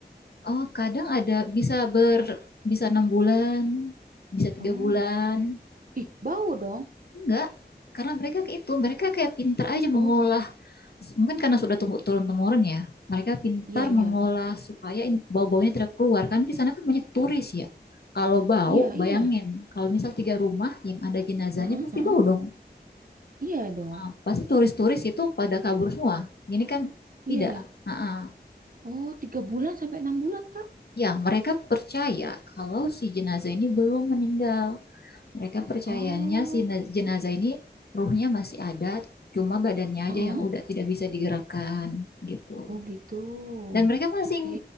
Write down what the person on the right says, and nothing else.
oh,
ih, bau dong.
Oh,
iya, iya,
iya,
iya.
Heeh,
heeh.
Iya dong.
Iya.
Oh, tiga bulan sampai enam bulan, Kak?
Oh,
Heeh.
oh gitu.
Oke.